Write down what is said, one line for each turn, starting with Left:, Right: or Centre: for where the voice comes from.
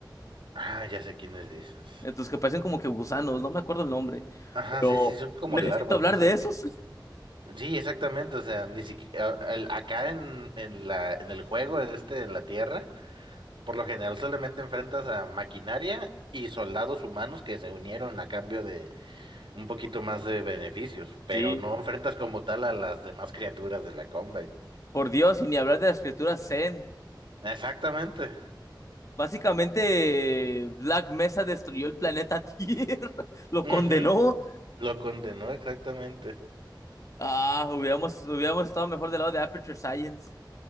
Right: Ah, ya sé quiénes dices.
Left: Estos que parecen como que gusanos, no me acuerdo el nombre.
Right: Ajá,
Left: Pero
Right: sí, sí, son como
Left: necesito
Right: larvas,
Left: hablar
Right: no sé
Left: de esos.
Right: qué.
Left: Sí,
Right: Sí, exactamente, o sea, ni siquiera el- acá en, en la, en el juego este de la Tierra, por lo general solamente enfrentas a maquinaria y soldados humanos que se unieron a cambio de un poquito más de beneficios, pero
Left: Sí,
Right: no enfrentas como tal a las demás criaturas de la Combine.
Left: por Dios, y ni hablar de las criaturas Zen.
Right: Exactamente.
Left: Básicamente, Black Mesa destruyó el planeta Tierra, <laughs> lo
Right: Ujú,
Left: condenó.
Right: Lo condenó exactamente.
Left: Ah, hubiéramos, hubiéramos estado mejor del lado de Aperture Science.